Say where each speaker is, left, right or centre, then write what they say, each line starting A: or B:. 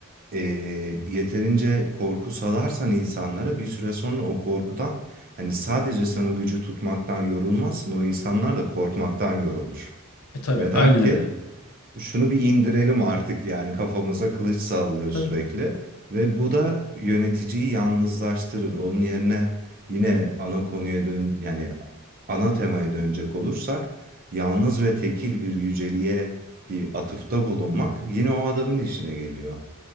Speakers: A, on the right (about 40°); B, on the left (about 85°).
A: e, yeterince korku salarsan insanlara bir süre sonra o korkudan hani sadece sen o gücü tutmaktan yorulmazsın. O insanlar da korkmaktan yorulur.
B: E tabii
A: Ve der
B: aynen
A: ki
B: öyle.
A: Şunu bir indirelim artık yani kafamıza kılıç sallıyor
B: Tabii.
A: sürekli ve bu da yöneticiyi yalnızlaştırır. Onun yerine yine ana konuya dön yani ana temaya dönecek olursak yalnız ve tekil bir yüceliğe bir atıfta bulunmak yine o adamın işine geliyor.